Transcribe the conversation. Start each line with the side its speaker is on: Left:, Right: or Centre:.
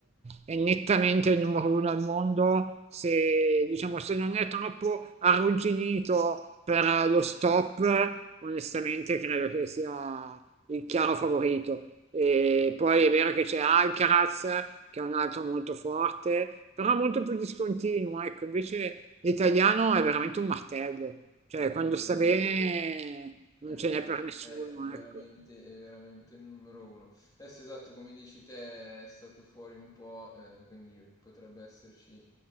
Right: è, è nettamente il numero uno al mondo, se, diciamo, se non è troppo arrugginito per eh, lo stop, onestamente credo che sia il chiaro favorito. E poi è vero che c'è Alcaraz, che è un altro molto forte, però molto più discontinuo, ecco, invece l'italiano è veramente un martello, cioè
Left: È vero,
Right: quando
Left: è
Right: sta
Left: vero.
Right: bene non
Left: È un
Right: ce n'è
Left: gran-
Right: per nessuno,
Left: è è veramente,
Right: ecco.
Left: è veramente il numero uno. Adesso esatto, come dici te, è stato fuori un po', eh, quindi potrebbe esserci